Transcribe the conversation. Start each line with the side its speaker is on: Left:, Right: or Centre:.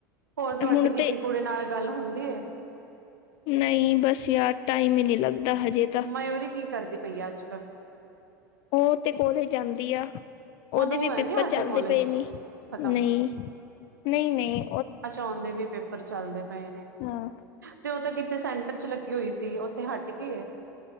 Right: ਹੋਰ ਤੁਹਾਡੀ
Left: ਹੁਣ
Right: ਕਿਸੇ
Left: ਤੇ
Right: ਕੁੜੀ ਨਾਲ ਗੱਲ ਹੁੰਦੀ ਹੈ।
Left: ਨਹੀਂ ਬਸ ਯਾਰ ਟਾਈਮ ਹੀ ਨਹੀਂ ਲੱਗਦਾ ਹਜੇ ਤਾਂ
Right: ਮਰੋਰੀ ਕੀ ਕਰਦੀ ਪਈ ਆ ਅੱਜ ਕੱਲ
Left: ਉਹ ਤੇ ਕੋਲੇਜ ਜਾਂਦੀ ਆ। ਉਹਦੇ
Right: ਉਹਦਾ ਹੋਇਆ
Left: ਵੀ ਪੇਪਰ
Right: ਨੀ
Left: ਚੱਲਦੇ
Right: ਅਜੇ ਕੋਲਜ
Left: ਪਏ ਨੀ
Right: ਖਤਮ
Left: ਨਹੀਂ, ਨਹੀਂ, ਨਹੀਂ
Right: ਅੱਛਾ ਉਹਦੇ ਵੀ ਪੇਪਰ ਚੱਲਦੇ ਪਏ ਨੇ।
Left: ਹਾਂ।
Right: ਤੇ ਉਹ ਤਾਂ ਕਿਤੇ ਸੈਂਟਰ 'ਚ ਲੱਗੀ ਹੋਈ ਸੀ ਉੱਥੇ ਹੱਟ ਗੀ ਹੈ।